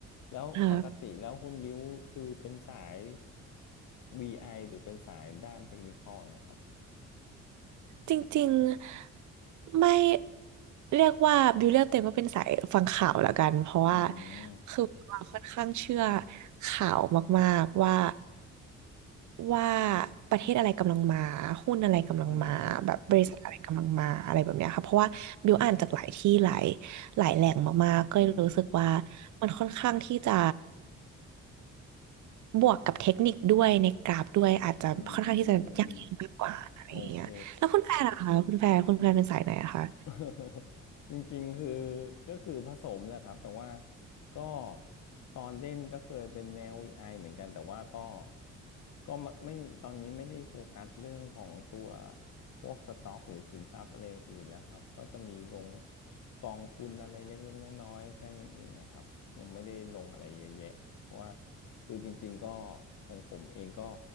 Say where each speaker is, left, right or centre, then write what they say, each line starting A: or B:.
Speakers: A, on the left; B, on the right.
A: แล้วปกติแล้วคุณบิวคือเป็นสาย
B: ครับ
A: VI หรือเป็นสายด้านเทคนิคอลนะครับ
B: จริงๆไม่เรียกว่าบิวเรียกเต็มว่าเป็นสายฟังข่าวละกันเพราะว่า
A: อืม
B: คือบิวอะค่อนข้างเชื่อข่าวมากๆว่าว่าประเทศอะไรกำลังมาหุ้นอะไรกำลังมาแบบบริษัทอะไรกำลังมาอะไรแบบเนี้ยค่ะเพราะว่าบิวอ่านจากหลายที่หลาย
A: อืม
B: หลายแหล่งมากๆก็เลยรู้สึกว่า
A: อืม
B: มันค่อนข้างที่จะ บวกกับเทคนิคด้วยในกราฟด้วยอาจจะค่อนข้างที่จะยั่งยืนมากกว่าอะไรอย่างเงี้ยแล้วคุณแฟนล่ะคะคุณแฟนคุณแฟนเป็นสายไหนอะคะ
A: อืม โอเค <laughs> จริงๆคือก็คือผสมนะครับแต่ว่าก็ตอนเล่นก็เคยเป็นแนววีไอเหมือนกันแต่ว่าก็ก็ไม่ไม่ตอนนี้ไม่ได้โฟกัสเรื่องของตัวพวกสต็อกหรือสินทรัพย์อะไรออื่นแล้วครับก็จะมีลงกองทุนอะไรเล็กๆน้อยๆแค่นั้นเองอะครับยังไม่ได้ลงอะไรเยอะแยะ เพราะว่าคือจริงๆก็ของผมเองก็